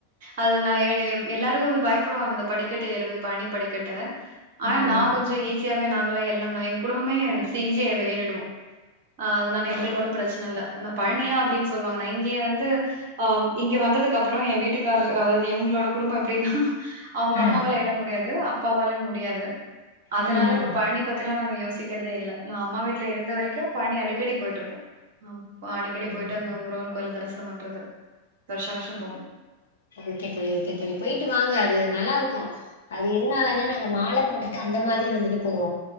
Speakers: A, on the right; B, on the left.
A: அதுல்ல நா எ எப் எல்லாருக்கு வந்து பயப்படுவாங்க அந்த படிக்கட்டு ஏறது பழனி படிக்கட்டு அனா
B: ம்
A: நா
B: ம்
A: கொஞ்சோ ஈஸியா ங்குவ நாங்குளா எல்லா மைன் குடும்பமே சி ஈசியா இதுல ஏறிடுவோ ஆ அதுனால
B: ஓ
A: எங்குளுக் ஒன்னு பிரச்சுன்ன இல்ல அனா பழனியா அப்டின் சொல்வாங்க நைன் இதையே வந்து ஆ இங்க வந்ததுக்கு அப்புறோ எ வீட்டுக்காரு அதாவது இவங்குளோட குடும்போ எப்டின்னா அவங்க
B: ம்
A: அம்மாவால எற முடியாது து அப்பாவாலே முடியாது அதனால
B: ம்
A: இப்ப
B: ம்
A: பழனி பத்தில்லா நாங்க யோசிக்குறதே இல்ல நா அம்மா வீட்ல இருந்த வரைக்கு பழநி அடிக்கடி போயிட்ருப்போ ஆ பா அடிக்கடி போய்ட்டு
B: ஓ
A: அந்த முருகன் கோயில்ல தரிசனம் பண்றது வருஷ வருஷோ போவோ
B: ஓகே தோழி ஓகே தோழி போய்ட்டு வாங்க அது நல்லா இருக்கு அது எதுனாலனா நாங்க மால போட்டுட்டு அந்த மாதிரி வந்துட்டு போவோ